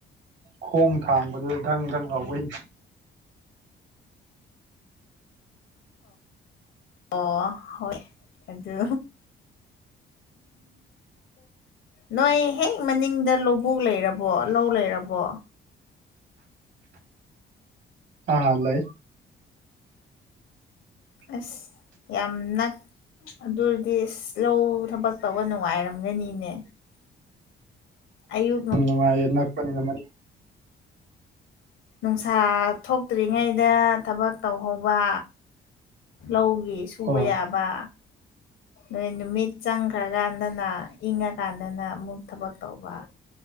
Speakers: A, on the right (about 70°); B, on the left (about 75°).
A: ꯈꯣꯡ ꯊꯥꯡꯕꯗꯨꯗ ꯙꯪ ꯙꯪ ꯍꯥꯎꯕꯩ <unintelligible>
B: ꯑꯣ ꯍꯣꯏ ꯑꯗꯨ ꯅꯣꯏ ꯍꯦꯛ ꯃꯅꯤꯡꯗ ꯂꯧꯕꯣꯛ ꯂꯩꯔꯕꯣ ꯂꯧ ꯂꯩꯔꯕꯣ
A: ꯑꯥ ꯍꯥ ꯂꯩꯣꯏ <unintelligible>
B: ꯑꯁ ꯌꯥꯝꯅ ꯑꯗꯨꯔꯗꯤ ꯂꯧ ꯊꯕꯛ ꯇꯧꯕ ꯅꯨꯡꯉꯥꯏꯔꯝꯒꯅꯤꯅꯦ ꯑꯌꯨ
A: ꯉ ꯅꯅꯥꯄꯅꯤ ꯅꯅꯤ
B: ꯅꯨꯡꯁꯥ ꯊꯣꯛꯇ꯭ꯔꯤꯉꯩꯗ ꯊꯕꯛ ꯇꯧꯍꯧꯕ ꯂꯧ ꯁꯕꯥ
A: ꯍꯣꯏ
B: ꯌꯥꯕꯕꯥ ꯑꯩ ꯅꯨꯃꯤꯠ ꯆꯪꯈ꯭ꯔꯀꯥꯟꯗꯅ ꯏꯪꯉꯀꯥꯟꯗꯅ ꯑꯃꯨꯛ ꯊꯕꯛ ꯇꯧꯕ